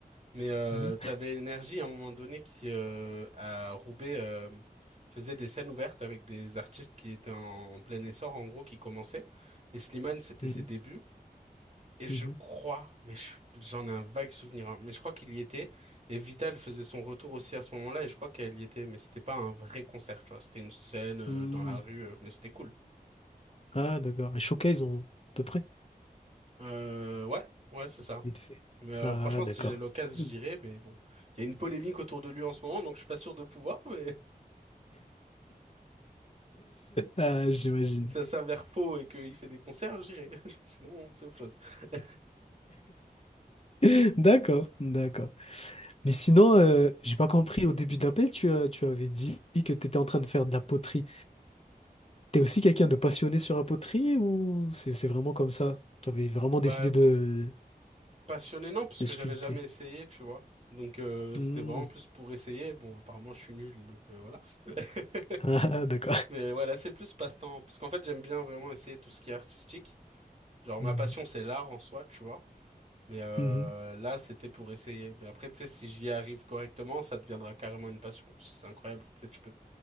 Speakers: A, on the right; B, on the left.
A: Mais euh,
B: Mhm.
A: t'avais Énergie à un moment donné qui, euh, à Roubaix, euh, faisait des scènes ouvertes avec des artistes qui étaient en plein essor, en gros, qui commençaient. Et Slimane, c'était
B: Mhm.
A: ses débuts. Et je
B: Mhm.
A: crois, mais je- j'en ai un vague souvenir, hein, mais je crois qu'il y était. Et Vital faisait son retour aussi à ce moment-là, et je crois qu'elle y était. Mais c'était pas un vrai concert, tu vois. C'était une scène euh,
B: Hmm.
A: dans la rue, euh, mais c'était cool.
B: Ah, d'accord. Les showcase, on... de près.
A: Euh, ouais, ouais, c'est ça.
B: Vite fait.
A: Mais euh,
B: Ah,
A: franchement,
B: d'accord.
A: si j'ai l'occasion,
B: <laughs>
A: j'irai mais bon, il y a une polémique autour de lui en ce moment, donc je suis pas sûr de pouvoir, mais
B: Ah, j'imagine.
A: <laughs> si ça s'avère faux et qu'il fait des concerts, j'irai. <laughs> Sinon, c'est autre chose. <laughs>
B: <laughs> D'accord, d'accord. Mais sinon, euh, j'ai pas compris. Au début de l'appel, tu, as- tu avais dit que tu étais en train de faire de la poterie. T'es aussi quelqu'un de passionné sur la poterie ou c'est c'est vraiment comme ça? Tu avais vraiment
A: Bah,
B: décidé de,
A: passionné, non, parce
B: de
A: que
B: sculpter.
A: j'avais jamais essayé, tu vois. Donc, euh,
B: Hmm.
A: c'était vraiment plus
B: <laughs>
A: pour essayer. Bon, apparemment, je suis nul, donc euh, voilà. <laughs>
B: Ah, d'accord.
A: Mais voilà, c'est plus passe-temps. Parce qu'en fait, j'aime bien vraiment essayer tout ce qui est artistique. Genre, ma
B: Hmm.
A: passion, c'est l'art en soi, tu vois. Mais euh,
B: Mhm.
A: là, c'était pour essayer. Mais après, tu sais, si j'y arrive correctement, ça deviendra carrément une passion. Parce que c'est incroyable. Tu sais, tu peux